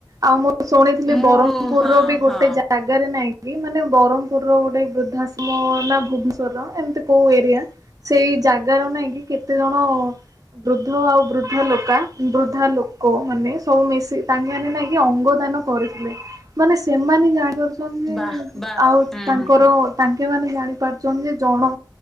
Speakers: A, on the right (about 50°); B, in the centre.
A: ଆଉ। ମୁଁ ଶୁଣିଥିଲି
B: ମୁଁ
A: ବ୍ରହ୍ମପୁରର
B: ହଁ
A: ବି ଗୋଟେ
B: ହଁ
A: ଜାଗାରେ ନାଇଁ। ମାନେ ବ୍ରହ୍ମପୁର ର ଗୋଟେ ବୃଦ୍ଧାଶମ ନା ଭୁବନେଶ୍ୱରର ଏମିତି କୋଉ ଏରିଆ ସେଇ ଜାଗ ର ନାଇଁ କି କେତେ ଜଣ ବୃଦ୍ଧ ଆଉ ବୃଦ୍ଧା ଲୋକ ବୃଦ୍ଧା ଲୋକ ମାନେ ସବୁ ମିଶି ତାଙ୍କେ ମାନ ନାଇଁକ ଅଙ୍ଗଦାନ କରିଥିଲେ ମାନେ ସେମାନେ ଜାଣିପାରୁ ଆଉ
B: ବାଃ ବାଃ ହୁଁ
A: ତାଙ୍କର ତାଙ୍କ ମାନ ଜାଣି ପାରୁଛନ୍ତି ଯେ ଜଣ